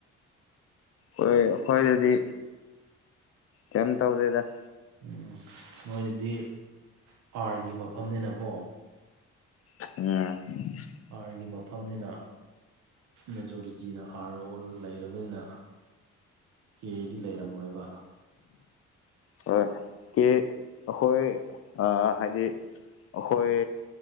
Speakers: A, on the left; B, on the right.
A: ꯍꯣꯏ ꯑꯈꯣꯏꯗꯥꯗꯤ ꯀꯩꯝ ꯇꯧꯗꯦꯗ
B: ꯎꯝ ꯅꯣꯏꯗꯗꯤ ꯍꯥꯔꯒꯤ ꯃꯐꯝꯅꯤꯅꯀꯣ
A: ꯑꯝ
B: ꯍꯥꯥꯔꯒꯤ ꯃꯐꯝꯅꯤꯅ ꯃꯦꯖꯣꯔꯤꯇꯤꯅ ꯍꯥꯔ ꯑꯣꯜ ꯂꯩꯔꯕꯅꯤꯅ ꯀꯦꯗꯤ ꯂꯩꯔꯝꯃꯣꯏꯕ
A: ꯍꯣꯏ ꯀꯦ ꯑꯈꯣꯏ ꯑꯥ ꯍꯥꯏꯗꯤ ꯑꯈꯣꯏ